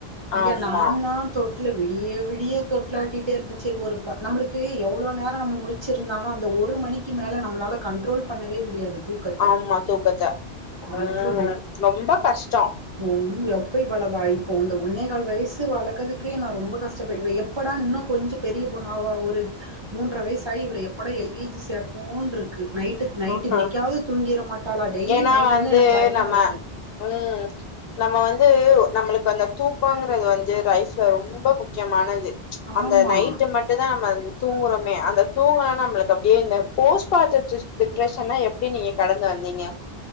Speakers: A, on the right; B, on the left.
A: இங்க
B: ஆமா
A: நாந்தா தொட்ல வி டிய விடிய தொட்லு ஆட்டிட்டே இருப்பே செரி ஒரு ப நம்மளுக்கு எவ்ளோ நேரோ நம்ம முழிச்சிருந்தாலு அந் த ஒரு மணிக்கி மேல நம்மளால கண்ட்ரோல் பண்ணவே முடியாது தூக்கத்த
B: ஆமா தூக்கத்த
A: கன்று
B: ஆ ரொம்ப கஷ்டோ
A: ஆ எப்போ இவ்வளவா இப்போ இந்த ஒண்ணே கால் வயசு வளக்கறதுக்கே நா ரொம்ப கஷ்டப்படறே எப்படா இன்னு கொஞ்ச பெரிய பொண்ணாவா ஒரு மூன்ர வயசாயி இவள எப்படா எல் கே ஜி சேப்போன்ருக்கு நைட்டு நைட்டு
B: ஆஹா
A: இன்னைக்காவது தூங்கிர மாட்டாளா டெய்லி
B: ஏன்னா
A: நைட் வந்து எனக்கு பயமா
B: நம்ம
A: இருக்கு
B: ம் நம்ம வந்து நம்மளுக்கு அந்த தூ க்கோங்கறது வந்து லைஃப்ல ரொம்ப முக்கியமானது அந்த
A: ஆமா
B: நைட்டு மட்டுதா நம்ம தூங்குறோ மே அந்த தூங்கலனா நம்மளுக்கு அப்டியே இந்த போஸ்ட் <unintelligible> டி ப்ரஸன்லா எப்டி நீங்க கடந்து வந்தீங்க?